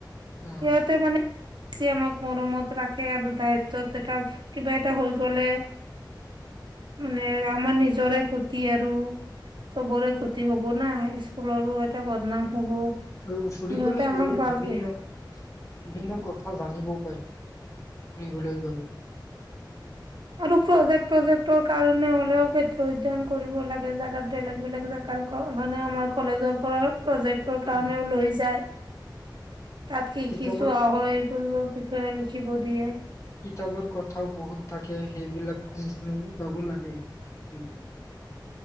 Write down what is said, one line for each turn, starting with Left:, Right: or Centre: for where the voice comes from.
Left: অ
Right: সিহঁতে মানে বেছি আমাক মৰমত ৰাখে আৰু দায়িত্বত এটা কিবা এটা হৈ গ'লে। মানে আমাৰ নিজৰে ক্ষতি আৰু। চবৰে ক্ষতি হ'ব। স্কুলৰো এটা বদনাম হ'ব।
Left: আৰু ফুৰিবলৈ
Right: সিহঁতে আমাক
Left: গ'লে
Right: ভালকে
Left: বিভিন্ন। বিভিন্ন কথা জানিবও পাৰি। ফুৰিবলৈ গ'ল
Right: আৰু প্ৰজেক্ট প্ৰজেক্টৰ কাৰণে হ'লেও ক্ষেত্ৰ অধ্যয়ন কৰিব লাগে জাগাত বেলেগ বেলেগ
Left: উম,
Right: জাগাৰ লোকক মানে আমাৰ কলেজৰ পৰা প্ৰজেক্টৰ কাৰণেও
Left: উম।
Right: লৈ যায়। তাত কি
Left: কিতাপৰ
Right: কি চোৱা হয় কি কি বিষয়ে লিখিব দিয়ে
Left: কিতাপৰ কথাও বহুত থাকে সেইবিলাক শুনি শুনি যাব লাগে সেইবিলাক